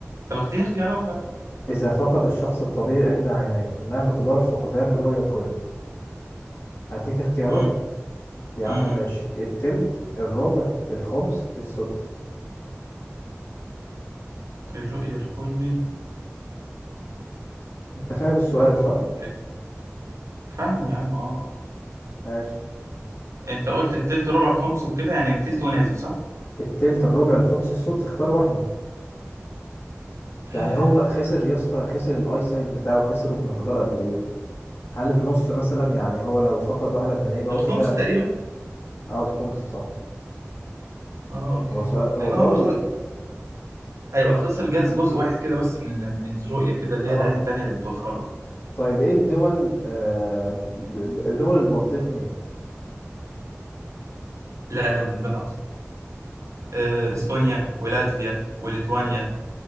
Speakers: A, on the right; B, on the left.
A: طب اختيني اختيارات طيب
B: إذا فقد الشخص الطبيعي إحدى عينيه ما مقدار فقدان الرؤية الكلي؟ هديك اختيارات
A: امم
B: يا
A: امم
B: عم ماشي التلت الربع الخمس السدس
A: الرؤية الكلي
B: انت فاهم السؤال
A: امم
B: صح؟
A: فاهمه يا عم اه آه،
B: ماشي
A: آه. انت قلت التلت ربع الخمس وكده يعني التلت ونازل صح
B: التلت الربع الخمس السدس اختار واحدة يعني
A: آه،
B: هو خسر يا اسطى خسر الاي سايت بتاعه خسره بمقدار قد ايه؟ هل النص مثلا يعني هو لو فقد واحدة من يبقى
A: الخمس
B: هو كده
A: تقريبا
B: اه الخمس صح
A: اه اوكي
B: هو سؤال
A: لان
B: هو سؤال
A: هو هيبقى خ- هيبقى خسر جاز جزء واحد كده بس من ال- من الرؤيه كده اللي
B: اه
A: هي العيد التانيه اللي بتوفر له
B: طيب ايه الدول آه دول البلطيق مين؟
A: لا ده انا بحبها اصلا آه، استونيا ولاتفيا وليتوانيا